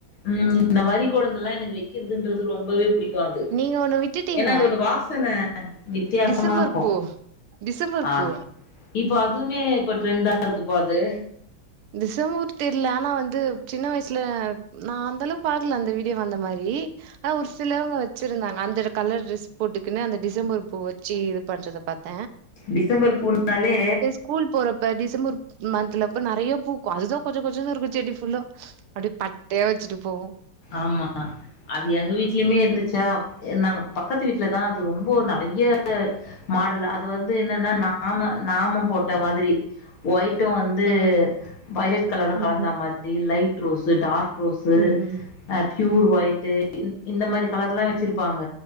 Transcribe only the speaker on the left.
ம் இந்த மரிகொழுந்துலா எனக்கு வெக்கிறதுன்றது ரொம்பவே புடிக்கு அது
ஏனா அதோட வாசன வித்தியாசமா
இருக்கு
ஆ
இப்போ அதுமே இப்ப ட்ரெண்டா இருக்குப்பா அது
டிசம்பர் பூனாலே
ஆமா அது எங்க வீட்லயுமே இருந்துச்சா நாங்க பக்கத்து வீட்ல தா அது ரொம்போ நறைய மாடல் அது வந்து என்னன்னா நாம நாமம் போட்ட மாதிரி ஒயிட்டு வந்து
வைலட் கலரு
கலந்த மாதிரி லைட் ரோஸு டார்க் ரோஸு
அ ப்யூர் ஒயிட்டு இ இந்த மாரி கலர்லா வச்சிருப்பாங்க